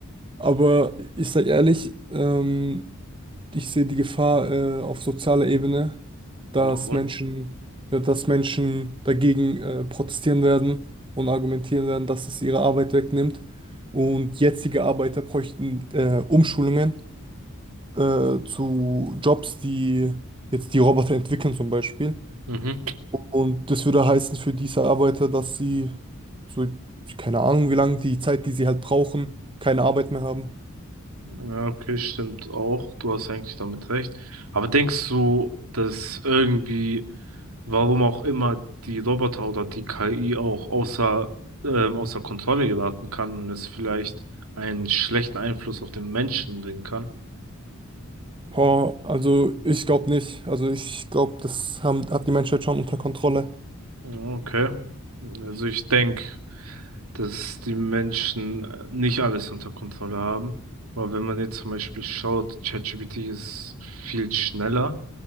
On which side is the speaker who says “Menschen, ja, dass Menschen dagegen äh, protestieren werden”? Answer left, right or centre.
Right